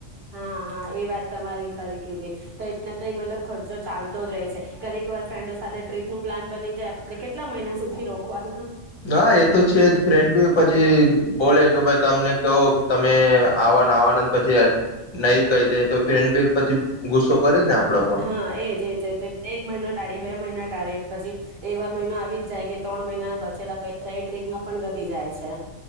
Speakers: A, on the right; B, on the left.
A: હા હા એ વાત તમારી ખરી કીધી, કઈક ને કઈ મતલબ ખર્ચો ચાલતો જ રહે છે, કરેક વાર ફ્રેન્ડો સાથે ટ્રીપ નું પ્લાન બની જાય આપણે કેટલા મહિના સુધી રોકવાના.
B: હા એ તો છે જ ફ્રેન્ડ બી પછી
A: હા
B: બોલે કે ભાઈ તમને કહો કે તમે આ. આવાનંદ પછી નહી કહી દે તો ફેન્ડ બી પછી ગુસ્સો કરે જ ને આપડા પર
A: હા, એજ-એજ-એજ એક મહિનો ટાળીએ બે મહિના ટાળી પછી એવાર મહિનો આવી જ જાય કે ત્રણ મહિનાના બચેલા પૈસા એ ટ્રીપમાં પણ ઘટી જાય છે.